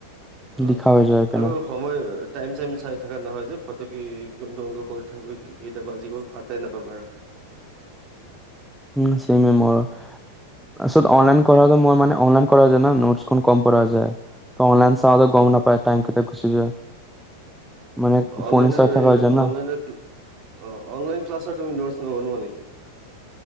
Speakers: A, on the right; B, in the centre.
A: অ',
B: লিখা হৈ যায় কেনে
A: আৰু সময় টাইম চাইম চাই থাকা নহয় যে ফটকে কোনটো অংক কৰি থাকো কেইটা বাজি গ'ল পাতাই নাপাঙ আৰু
B: উম চেমে মোৰ আছ অনলাইন কৰাটো মোৰ মানে অনলাইন কৰা যায় ন নোটখন কম কৰা যায় অ', অনলাইন চাওঁ যে
A: অ',
B: গম নাপায় টাইম কেতিয়া গুচি যায় মানে
A: অনলাইনৰ
B: ফোনে চাই থকা
A: এই
B: হৈ যায় না
A: অনলাইনৰ অ' অনলাইন ক্লাছৰ তুমি নোটছ নবনোৱা নেকি